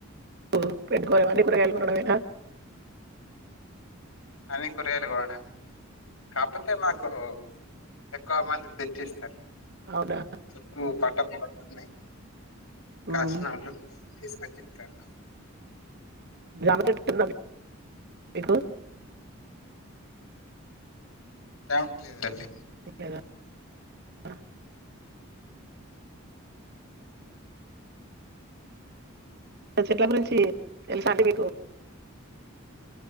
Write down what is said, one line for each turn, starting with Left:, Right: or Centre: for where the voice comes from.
Right: ఓ పెట్టుకొర అన్ని కూరగాయలు కొనడమేనా?
Left: అనే కూరగాయలు కొనడమే. కాపోతే మాకు ఎక్కువ మంది తెచ్చిస్తరు.
Right: అవునా
Left: చుట్టు పంటపొలాలు ఉన్నాయి.
Right: మ్మ్.
Left: కాసిన వాళ్ళు తీస్ కచ్చిత్తరు.
Right: జామచెట్టు ఉందా మీ మీకు
Left: జామ్ లేదండి
Right: లేదా ఆ చెట్ల గురించి తెలుసా అండి మీకు